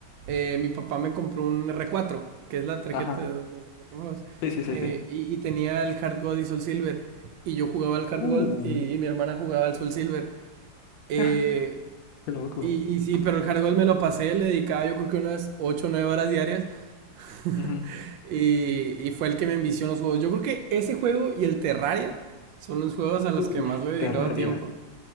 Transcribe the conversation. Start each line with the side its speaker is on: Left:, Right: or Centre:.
Right: eh, mi papá me compró un R4, que es la tarjeta
Left: ajá.
Right: de donde se meten juegos.
Left: Sí, sí, sí,
Right: eh,
Left: sí.
Right: y, y tenía el Hard Gold y Soul Silver. Y yo jugaba al Hard
Left: Uh,
Right: Gold y, y mi hermana jugaba al Soul Silver. Eh,
Left: <laughs> qué loco.
Right: y, y sí, pero el Hard Gold me lo pasé, le dedicaba yo creo que unas 8 o 9 horas diarias. <laughs>
Left: Ujú.
Right: Y, y fue el que me envició en los juegos. Yo creo que ese juego y el Terraria son los juegos a los
Left: Uf,
Right: que más le he dedicado
Left: Terraria.
Right: tiempo.